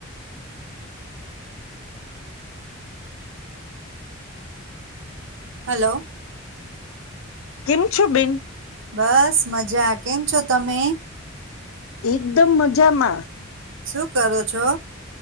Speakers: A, on the right (about 60°); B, on the left (about 80°).
A: હલો
B: કેમ છો બેન
A: બસ મજા કેમ છો તમે
B: એકદમ મજામાં
A: શું કરો છો